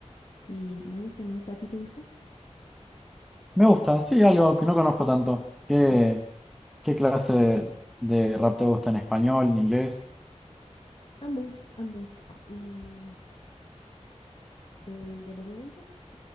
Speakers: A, on the left; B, in the centre.
A: Y me gusta, me gusta. ¿A ti te gusta?
B: Me gusta, sí, algo que no conozco tanto. ¿Qué,
A: Ok.
B: qué clase de, rap te gusta en español, en inglés?
A: Ambos, ambos. Mm, el de los noventas,